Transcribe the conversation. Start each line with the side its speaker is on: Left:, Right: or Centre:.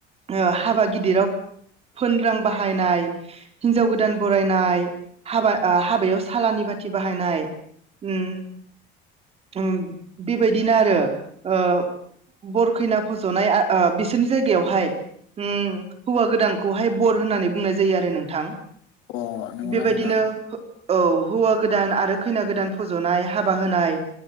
Right: ओ हाबा गिदिराव फोन रां बाहायनाय हिनजाव गोदान बरायनाय हाबा हाबायाव सालानि बा खाथि बाहायनाय उम उम बेबायदिनो आरो ओ बरखैना फज'नाय बिसोरनि जायगायावहाय उम हौवा गोदानखौहाय बर होननानै बुंनाय जायो आरो नोंथां।
Left: अ नंगौना
Right: बेबायदिनो
Left: नोंथां
Right: हो औ हौवा गोदान आरो खैना गोदान फज'नाय हाबा होनाय